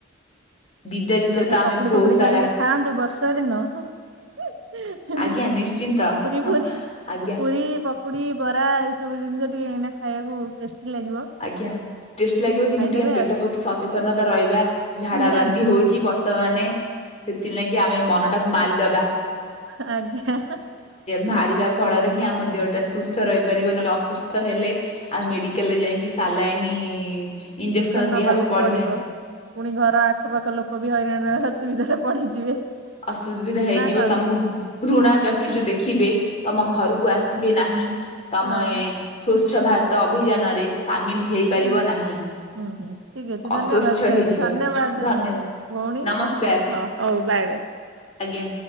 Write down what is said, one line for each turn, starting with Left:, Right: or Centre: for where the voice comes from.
Left: ବିଦ୍ୟା ବିଷୟ
Right: ଆଉ ଟିକେ
Left: ତ ଆମେ
Right: ପକୁଡି
Left: ବହୁତ
Right: ଫକୁଡି
Left: ସାରା
Right: କରିକି ଖାଆନ୍ତୁ ବର୍ଷା ଦିନ। ପୁରୀ
Left: ଆଜ୍ଞା ନିଶ୍ଚିନ୍ତ ହଁ
Right: ଫୁରୀ
Left: ଆଜ୍ଞା
Right: ପୁରୀ ପକ୍ କୁଡ଼ି ବରା ଏ ସବୁ ଜିନିଷ ଟିକେ ଏଇନା ଖାଇବାକୁ ଟେଷ୍ଟି। ଲାଗିବ।
Left: ଆଜ୍ଞା ଟେଷ୍ଟି ଲାଗିବ କିନ୍ତୁ
Right: ଖାଇଦେବେ
Left: ଟିକେ ଆମେ ପେଟ
Right: ଆଉ
Left: ପ୍ରତି। ସଚେତନତା ରହିବା ଝାଡା
Right: ନିହାତି
Left: ବାନ୍ତି ହଉଛି ବର୍ତ୍ତମାନେ। ସେଥିଲାଗି ଆମେ ମନଟାକୁ ମାରିଦେବା।
Right: ହେଁ ଆଜ୍ଞା ହାଁ ହାଁ।
Left: ମାରିବା ଫଳରେ ହିଁ ଆମ ଦେହଟା ସୁସ୍ଥ ରହିପାରିବ ନହେଲେ ଅସୁସ୍ଥ ହେଲେ ଆମେ ମେଡ଼ିକାଲରେ ଯାଇକି। ସିଲାଇନି ଇଞ୍ଜେକ୍ସନ
Right: ନବାକୁ
Left: ଦିଆହବ ପଡିଲେ।
Right: ପଡିବ। ପୁଣି ଘର ଆଖ ପାାଖ ଲୋକ ବି ହଇରାଣରେ ଅସୁବିଧାରେ ପଡିଯିବେ।
Left: ଅସୁବିଧା ହେଇଯିବ
Right: ନା କଣ?
Left: ତମକୁ ଘୃଣା ଚକ୍ଷୁରେ ଦେଖିବେ ତମ ଘରକୁ ଆସିବେ ନାହିଁ। ତମେ
Right: ହଁ
Left: ସ୍ଵଚ୍ଛ ଭାରତ ଅଭିଯାନରେ ସାମିଲ ହେଇପାରିବ
Right: ହୁଁ
Left: ନାହିଁ।
Right: ହୁଁ ଠିକ ଅଛି ଧନ୍ୟବାଦ
Left: ଅସ୍ଵଚ୍ଛ ହେଇଯିବ
Right: ଧନ୍ୟବାଦ
Left: ଧନ୍ୟବାଦ
Right: ଭଉଣୀ
Left: ନମସ୍କାର
Right: ହଁ ହଉ ବାଏ ବାଏ।
Left: ଆଜ୍ଞା